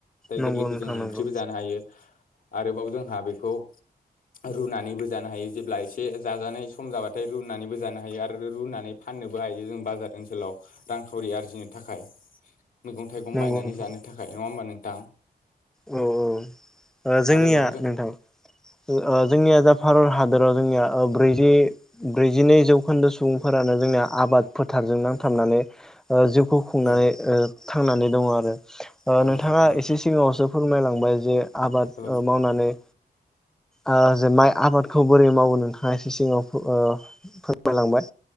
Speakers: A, on the left; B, in the centre.
A: <unintelligible>
B: नंगौ
A: गोरलैखौ
B: नोंथां
A: जों ओंख्रिबो
B: नंगौ
A: जानो हायो आरोबाव जोंहा बेखौ रुनानैबो जानो हायो जेब्ला एसे जाजानाय सम जाबाथाय रुनानैबो जानो हायो आरो रो रुनानै फाननो बो हायो जों बाजार ओनसोलाव रांखावरि आरजिनो थाखाय। मैगं- थाइगं
B: नंगौ
A: बायनानै
B: नोंथां
A: जानो थाखाय नङा होमबा नोंथां।
B: औ औ ओ जोंनिया
A: आरोबाव जों
B: नोंथां ओ आ जोंनिया जा भारत हादराव जोंनिया ओ ब्रै जि ब्रैजिनै जौखोन्दो सुबुंफोरानो जोंनिया आबाद फोथारजों नांथाबनानै जिउखौ खुंनानै
A: औ
B: थांनानै दङ आरो।
A: औ
B: नोंथाङा
A: नंगौ नोंथां
B: एसे सिगाङावसो फोरमायलांबाय जे आबाद
A: औ
B: मावनानै। ओ जे माइ आबादखौ बोरै मावो नोंथाङा एसे सिगाङाव फोरमायलांबाय।